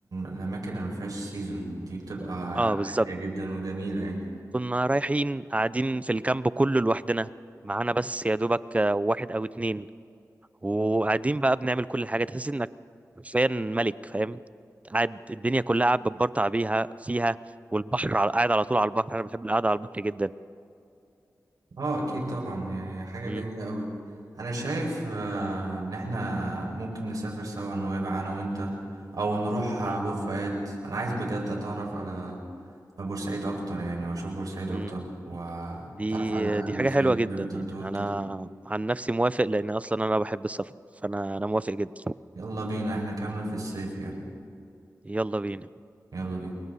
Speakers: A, on the right; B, on the right.
A: الاماكن اللي ما فيهاش سيزون دي بتبقى
B: اه بالظبط
A: هادية جدا وجميلة يعني
B: كنا رايحين قاعدين في الكامب كله لوحدنا معانا بس يا دوبك آه، واحد أو اتنين وقاعدين بقى بنعمل كل حاجه تحس انك حرفيا ملك فاهم قاعد الدنيا كلها قاعد بتبرطع بيها فيها والبحر على- قاعد على طول على البحر انا بحب القعده على البحر جدا
A: اه اكيد طبعا يعني حاجة
B: مم.
A: جميلة قوي انا شايف آه، ان احنا ممكن نسافر سوا نويبع انا وانت او نروح
B: مم.
A: آه، بور فؤاد انا عايز بجد اتعرف على بورسعيد اكتر يعني واشوف بورسعيد
B: مم.
A: اكتر واتعرف
B: دي
A: على اهل
B: دي
A: بورسعيد
B: حاجه حلوه جدا
A: زي ما انت
B: يعني
A: بتقول
B: انا
A: كده
B: عن نفسي موافق لان اصلا انا بحب السفر فانا انا موافق جدا
A: يلا بينا احنا كاملين في الصيف يعني
B: يلا بينا
A: يلا بينا